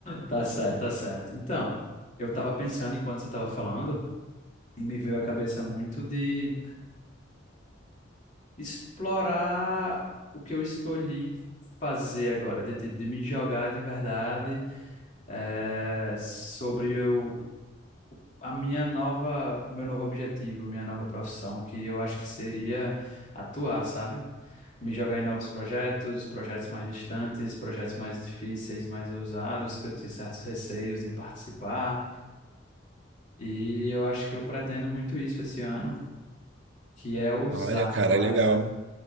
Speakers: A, on the left (about 40°); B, on the right (about 65°).
A: Tá certo, tá certo. Então, eu tava pensando enquanto você tava falando, e me veio à cabeça muito de explorar o que eu escolhi fazer agora, de, de de me jogar de verdade, eh, sobre o a minha nova, meu novo objetivo, minha nova profissão, que eu acho que seria atuar, sabe? Me jogar em novos projetos, projetos mais distantes, projetos mais difíceis, mais ousados, que eu tinha certos receios de participar. E eu acho que eu pretendo muito isso esse ano, que é ousar
B: Olha, cara,
A: mais,
B: legal.
A: né?